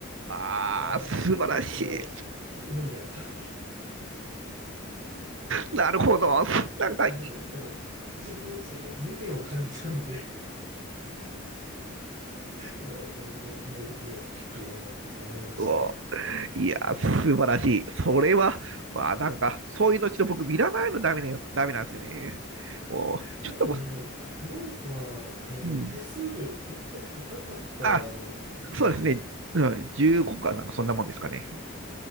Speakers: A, on the right; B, on the right.
A: ああ、
B: あ、
A: 素晴らし
B: もうこれは無理だと。<laughs>
A: い。なるほど。なんか、
B: しなんか、
A: <laughs>
B: やっぱ自分もちょっとこう、未練を感じちゃうんで、だからもう、もういいや、きっぱりやめようと思ってやめましたね。
A: うおいや、素晴らしい。それは、わあ、なんか、そういうのちょっと僕見らないのダメね、ダメなんですよね。おちょっともう、
B: ただね、あの、ノートは、あの、
A: うん。
B: 手数料が結構高かった
A: あ、
B: んで、
A: そうですね。うん、10個かなんか、そんなもんですかね。